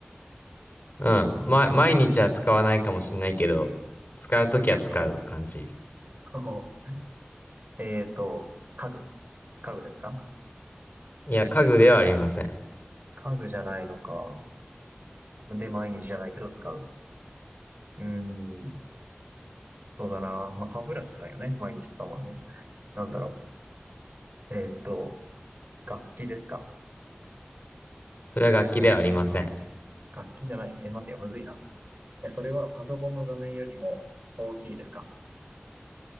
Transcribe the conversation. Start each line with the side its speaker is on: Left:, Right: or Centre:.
Left: うん、ま、毎日は使わないかもしれないけど、使うときは使う感じ。
Right: なるほど。<laughs> えーっと、家具。家具ですか
Left: いや、家具ではありません。
Right: 家具じゃないのか。で、毎日じゃないけど使う。うーん、そうだな。まあ、歯ブラシじゃないよね。毎日使うもんね。なんだろう。えーっと、楽器ですか
Left: それは楽器ではありません。
Right: 楽器じゃない。え、待ってよ、むずいな。え、それはパソコンの画面よりも大きいですか